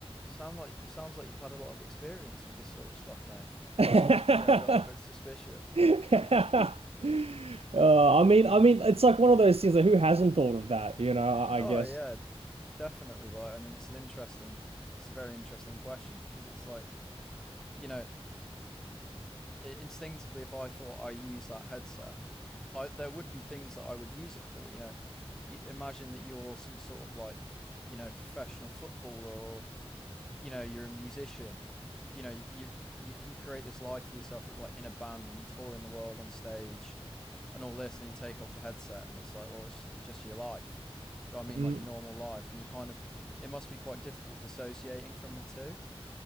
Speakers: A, in the centre; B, on the right.
A: sound like sounds like you've had a lot of experience with this sort of stuff, mate.
B: <laughs>
A: I'm starting to get a little bit suspicious.
B: <laughs>
A: <laughs>
B: Uh, I mean, I mean, it's like one of those things. Like, who hasn't thought of that? You know, I,
A: Oh
B: I guess.
A: yeah, definitely. Like, I mean, it's an interesting, it's a very interesting question because it's like, you know, i- instinctively, if I thought I use that headset, I there would be things that I would use it for. You know, you imagine that you're some sort of like, you know, professional footballer you know you're a musician you know you, you you create this life for yourself that you're like in a band and you tour in the world on stage and all this and you take off the headset and it's like well it's just your life do you know what i mean
B: Mm,
A: like your normal life and you kind of it must be quite difficult dissociating from the two